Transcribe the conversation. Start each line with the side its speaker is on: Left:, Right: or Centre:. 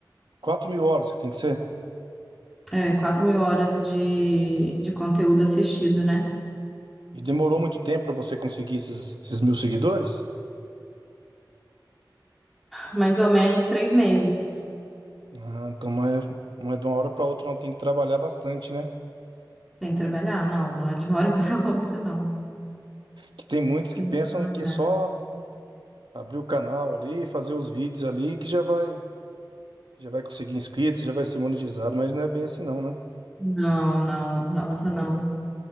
Right: quatro mil horas que tem que ser?
Centre: É, quatro mil horas de, de conteúdo assistido, né?
Right: E demorou muito tempo para você conseguir esses, esses mil seguidores?
Centre: mais ou menos três meses.
Right: Ah, então não é, não é de uma hora para outra, não. Tem que trabalhar bastante, né?
Centre: Tem que trabalhar. Não, não é de uma hora <laughs> para outra, não.
Right: Que tem muitos que
Centre: Tem
Right: pensam
Centre: que trabalhar.
Right: que só abrir o canal ali, fazer os vídeos ali, que já vai, que já vai conseguir inscritos, já vai ser monetizado, mas não é bem assim, não, né?
Centre: Não, não, nossa, não.